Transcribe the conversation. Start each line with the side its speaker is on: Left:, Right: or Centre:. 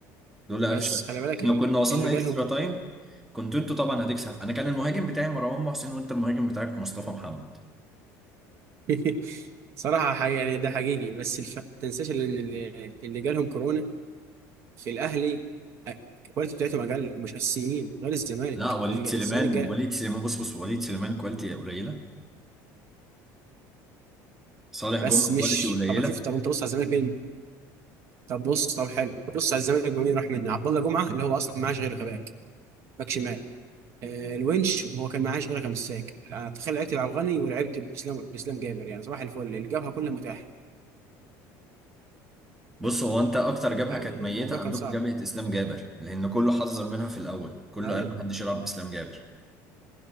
Centre: لولا
Right: بس
Centre: قفشه
Right: خلي بالك
Centre: احنا
Right: اللي
Centre: كنا وصلنا
Right: اللي جالهم
Centre: اكسترا تايم كنت انتوا طبعا هتكسب انا كان المهاجم بتاعي مروان محسن وانت المهاجم بتاعك مصطفى محمد
Right: <laughs> صراحة حقيقي يعني ده حقيقي بس الف... ما تنساش ان اللي اللي جالهم كورونا في الاهلي الكواليتي بتاعتهم اقل مش اساسيين غير الزمالك
Centre: لا وليد
Right: اللي-
Centre: سليمان
Right: الزمالك جال
Centre: وليد سليمان بص بص وليد سليمان كواليتي قليله صالح
Right: بس
Centre: جمعه
Right: مش
Centre: كواليتي قليله
Right: طب شوف طب انت بص على الزمالك مين طب بص طب حلو بص على الزمالك مين راح منه عبد الله جمعة اللي هو اصلا معاش غير غباك باك شمال آه، الونش وهو كان معاه شغل مساك انا تخيل لعبت بعبد الغني ولعبت باسلام باسلام جابر يعني صباح الفل اللي جابها كلها متاحه
Centre: بص هو انت اكتر جبهه
Right: يعني
Centre: كانت ميته
Right: الموضوع كان
Centre: عندكم
Right: صعب
Centre: جبهه اسلام جابر لان كله حذر منها في الاول كله
Right: ايوه
Centre: قال محدش يلعب اسلام جابر